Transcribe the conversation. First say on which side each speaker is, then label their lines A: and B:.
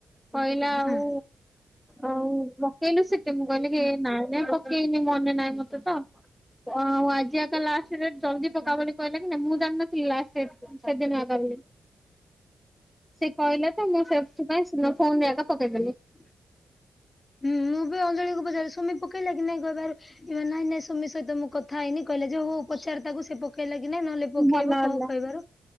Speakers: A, in the centre; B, on the left.
A: କହିଲା ଆଉ
B: ହଁ
A: ଆଉ ପକେଇଲୁ ସିଟି, ମୁଁ କହିଲି କି ନାଇଁ ନାଇଁ ପକେଇନି ମନେ ନାହିଁ ମତେ ତ ଆଉ ଆଜି ଆତ ଲାଷ୍ଟ୍ ସେ ଜଲଦି ପକା ବୋଲି କହିଲା କି ନା ମୁଁ ଜାଣିନଥିଲି ଲାଷ୍ଟ ଡେଟ୍ ସେଦିନ ତା ବୋଲି। ସେ କହିଲେ ତ ମୁଁ ସେଥି ପାଇଁ ସୁମା ଫୋନରେ ଆଗ ପକେଇଦେଲି।
B: <unintelligible> ହୁଁ ମୁଁ ବି ଅଞ୍ଜଳି କୁ ପଚାରିଲି ସୁମି ପକେଇଲା କିି ନାଇଁ କହିବାର ନାଇଁ ନାଇଁ ସୁମି ସହିତ ମୁଁ କ କଥାହେଇନି କହିଲା ଯେ ହଉ ପଚାର ତାକୁ ସେ ପକେଇଲା କି ନାଇଁ ନହେଲେ ପକେଇବ
A: ଭଲ ହେଲା
B: କଣ କହିବାର,